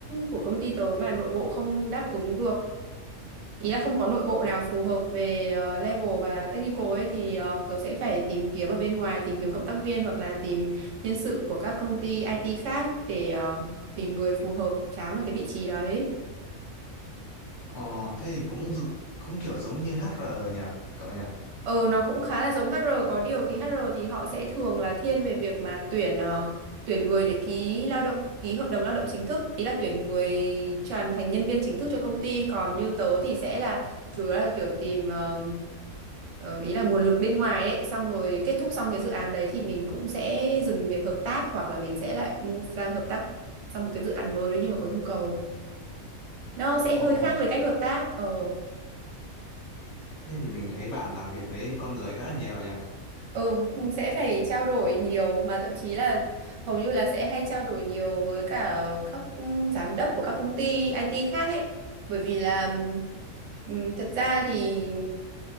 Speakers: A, on the right; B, on the left.
A: của công ty tớ mà nội bộ không đáp ứng được ý là không có nội bộ nào phù hợp về ờ, level và technical ấy thì ờ, tớ sẽ phải tìm kiếm ở bên ngoài tìm kiếm cộng tác viên hoặc là tìm nhân sự của các công ty IT khác để ờ, tìm người phù hợp chám vào cái vị trí đấy
B: Ờ, thế thì cũng dự- cũng kiểu giống như HR nhỉ, cậu nhỉ?
A: ờ nó cũng khá là giống HR có điều thì HR thì họ sẽ thường là thiên về việc mà tuyển ờ, tuyển người để ký lao động ký hợp đồng lao động chính thức ý là tuyển người cho làm thành nhân viên chính thức cho công ty còn như tớ thì sẽ là chủ yếu là kiểu tìm ờ, Ờ, ý là nguồn lực bên ngoài ấy, xong rồi kết thúc xong cái dự án đấy thì mình cũng sẽ dừng việc hợp tác hoặc là mình sẽ lại move sang hợp tác sang một cái dự án mới nếu như mà có nhu cầu. Nó sẽ
B: Ờ,
A: hơi khác
B: th-
A: về cách hợp tác. Ờ,
B: thế thì mình thấy bạn làm việc với con người khá là nhiều nhỉ?
A: ừ, mình sẽ phải trao đổi nhiều mà thậm chí là hầu như là sẽ hay trao đổi nhiều với cả các ừ, giám đốc của các công ty IT khác ấy. Bởi vì là ừm, thật ra thì